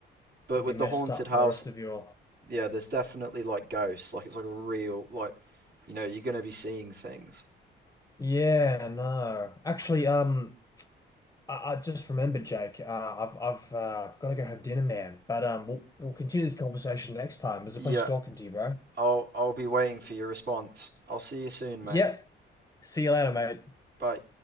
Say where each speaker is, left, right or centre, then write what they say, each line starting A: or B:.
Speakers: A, on the right (about 55°); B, on the left (about 15°).
A: But
B: You'd
A: with
B: be messed
A: the haunted
B: up
A: house,
B: for the rest of your.
A: yeah, there's definitely like ghosts. Like it's like a real like, you know, you're gonna be seeing things.
B: Yeah, no. Actually, um, I, I just remembered, Jake. Uh, I've I've uh, I've got to go have dinner, man. But um, we'll we'll continue this conversation next time. It was
A: Yeah,
B: a pleasure talking to you, bro.
A: I'll I'll be waiting for your response. I'll see you soon, mate.
B: Yep. See you later, mate.
A: Bye.